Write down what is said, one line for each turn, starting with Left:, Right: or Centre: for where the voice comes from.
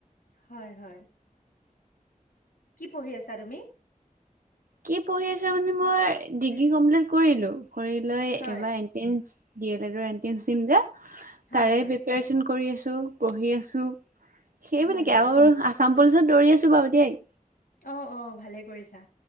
Left: হয় হয়। কি পঢ়ি আছা তুমি?
Right: কি পঢ়ি আছা মানে মই ডিগ্ৰী কমকৈ কৰিলো। কৰিলৈ
Left: হয়
Right: এইবাৰ এনটেঞস। ডি এল এডৰ এনট্ৰেন্ঞ্চ দিম যে
Left: হয়
Right: তাৰে
Left: হয়
Right: প্ৰিপাৰচন কৰি আছো পঢ়ি আছো। সেইবুলিকে
Left: হয় হয়।
Right: আৰু আছাম পুলিচত দৌৰি আছো বাৰু দেই।
Left: অ অ ভালে কৰিছা